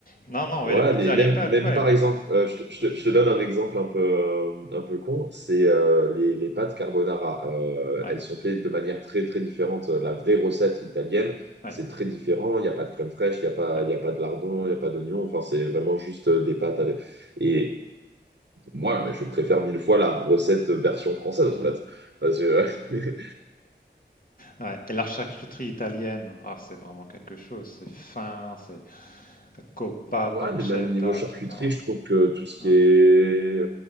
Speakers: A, on the left (about 50°); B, on the right (about 75°).
A: Non, non,
B: Ouais,
A: ouais, les pizzas,
B: mais même,
A: les pâtes,
B: même
A: ouais,
B: par
A: mais
B: exemple,
A: c'est c'est
B: euh,
A: bien
B: je te,
A: autre
B: je
A: chose.
B: te- je te donne un exemple un peu, euh, un peu con, c'est euh, les, les pâtes carbonara. Euh,
A: Ouais,
B: elles sont faites de manière très, très différente. La vraie recette italienne,
A: ouais,
B: c'est très différent. Il n'y a pas de crème fraîche, il n'y a pas,
A: ouais,
B: il y a pas de lardon, il n'y a pas d'oignon. Enfin, c'est vraiment juste euh, des pâtes avec... Et moi, je préfère mille fois la recette version française, en fait. Parce que- <laughs>
A: ouais. Et la charcuterie italienne, ah, c'est vraiment quelque chose, c'est fin, c'est coppa,
B: ouais,
A: pancetta,
B: mais même au niveau charcuterie,
A: etc.
B: je trouve que tout ce qui
A: Ouais.
B: est